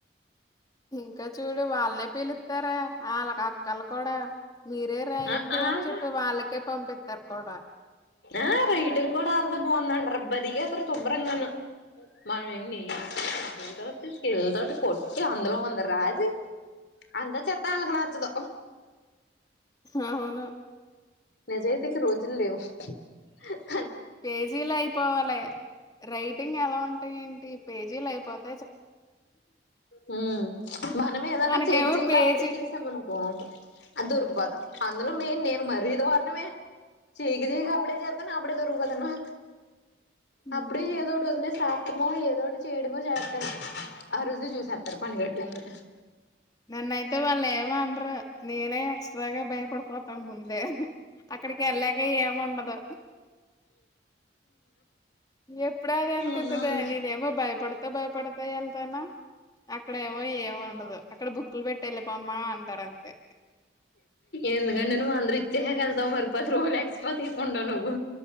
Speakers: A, on the left; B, on the left.
A: ఇంకా చూడు వాళ్ళనే పిలు తార వాళ్ళకి అక్కలు కూడా మీరే రాయండి.
B: ఆ ఆల్రా
A: అని చెప్పి వాళ్ళకే పంపితరు కూడా
B: ఆ రైటింగ్ కూడా అళ్దే బాగుందండి రబ్బరిగా అ శుభ్రంగాను మన నీ దత్ <unintelligible> స్కిల్ల్ తోటి కొట్టి అందులో ఉంది రాసి అంతా చెత్తా అళ్ళకి నచ్చదు.
A: అవును
B: నిజాయితీకి రోజులు లేవు. అ
A: పేజీలో అయిపోవాలి. రైటింగ్ ఎలా ఉంట అ ఏంటి పేజీలు అయిపోతా
B: హ మనం ఏదన్నా
A: మనకేమో
B: చేయాక చేయాక
A: పేజీ
B: అప్పుడే చేసామును. కుహ <unintelligible> అది దొరికిపోతాం అందులో మేయిన్ నే మరి దారుణమే. చేయక చేయక అప్పుడే జెత అప్పుడే దొరికిపోతాను.
A: న
B: అప్పుడే ఏదోటి వదులే సా ఏమో ఏదోటి చేయడుమో చేతను ఆ రోజు చూసేస్తారు పని గట్టుకొని.
A: నన్నయితే వాళ్ళు ఏమండ్రు. నేనే ఎక్స్ట్రాగా భయపడిపోతాను ముందే అక్కడికి వెళ్ళాక ఏం ఉండదు ఎప్పుడా అది అనిపితది
B: అవునావునులే
A: నేనేమో భయపడుతు త భయపడుతూ వెళ్తానా అక్కడేమో ఎం ఉండదు క్కడ బుక్లు పెట్ టేళ్లిపొమ్మ టరంతే
B: ఎందుకంటే నువ్వు అందరు ఇచ్చేక వెళ్తావు మరి పది రూపాయలు ఎక్స్ట్రా తీసుకుంటా నువ్వు